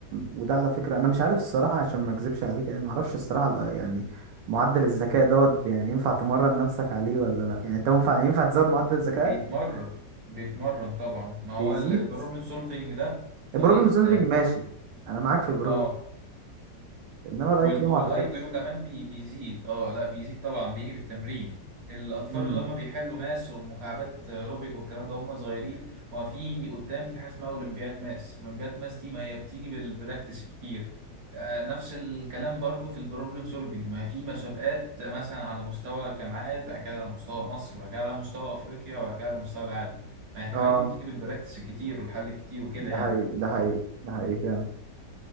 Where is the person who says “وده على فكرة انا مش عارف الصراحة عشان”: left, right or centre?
Right